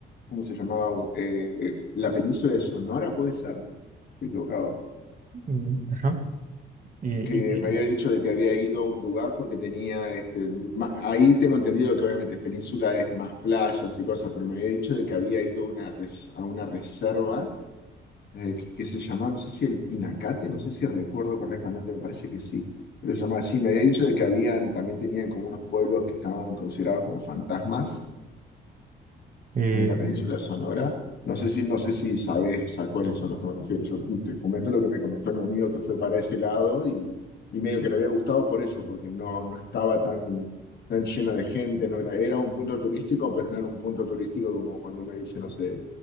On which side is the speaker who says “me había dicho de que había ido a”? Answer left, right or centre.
Left